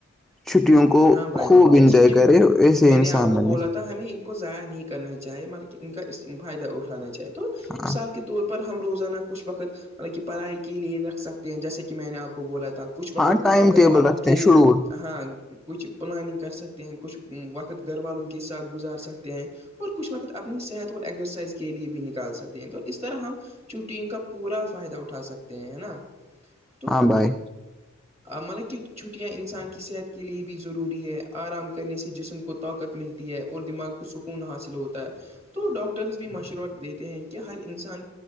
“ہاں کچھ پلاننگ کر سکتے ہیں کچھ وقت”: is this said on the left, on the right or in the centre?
Right